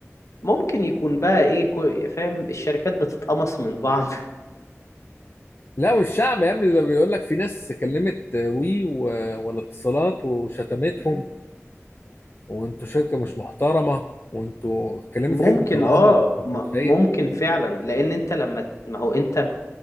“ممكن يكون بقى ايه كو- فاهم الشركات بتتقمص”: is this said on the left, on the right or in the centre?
Left